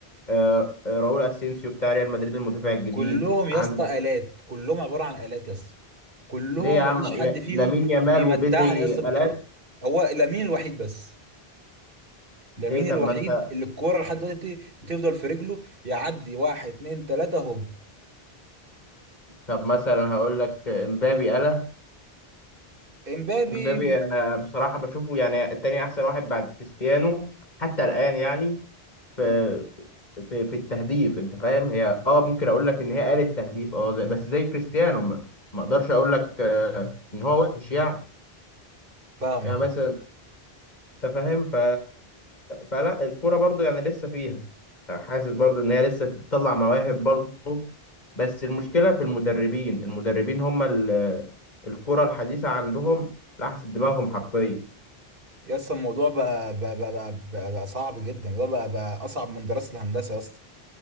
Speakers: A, on the left; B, on the right.
A: آه، آه، راؤول اسينسيو بتاع ريال مدريد المدافع الجديد
B: كلهم يا
A: عندك
B: اسطى آلات كلهم عبارة عن آلات يا اسطى كلهم
A: ليه يا عم
B: مفيش
A: يا-
B: حد فيهم
A: لامين يامال
B: بيمتعني
A: وبدري
B: يا اسطى
A: الات
B: بالكرة هو لامين الوحيد بس لامين
A: ليه طب
B: الوحيد
A: ما انت
B: اللي الكرة لحد دلوقتي بت- بتفضل في رجله يعدي واحد اتنين تلاتة هوب
A: طب مثلا هقول لك امبابي انا
B: امبابي
A: امبابي
B: م-
A: انا بصراحه بشوفه يعني التاني احسن واحد بعد كريستيانو حتى الان يعني في
B: مم.
A: في, في التهديف انت فاهم هي اه ممكن اقول لك ان هي قالت تهديف اه زي بس زي كريستيانو ما ما اقدرش اقول لك آه، ان هو وحش يعني
B: فاهمك
A: يعني مثلا
B: اه
A: انت فاهم ف... فلا الكوره برضو يعني لسه فيها حاسس برضو ان هي لسه بتطلع مواهب برضو بس المشكله في المدربين المدربين هم ال... الكوره الحديثه عندهم لحست دماغهم حرفيا
B: يا اسطى الموضوع بقى بقى بقى, بقى, بقى, بقى صعب جدا الموضوع بقى بقى أصعب من دراسة الهندسة يا اسطى